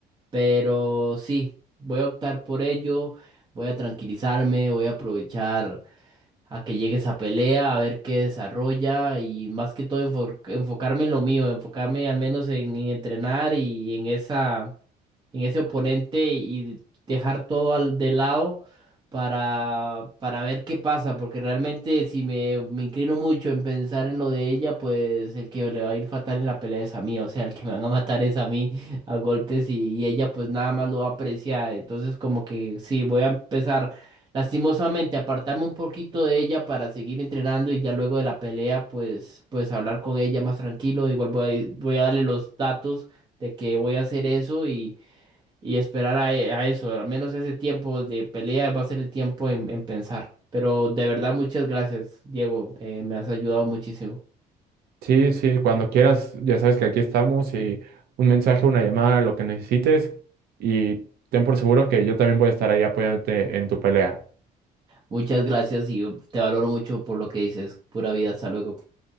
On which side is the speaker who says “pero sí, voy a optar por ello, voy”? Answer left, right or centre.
Right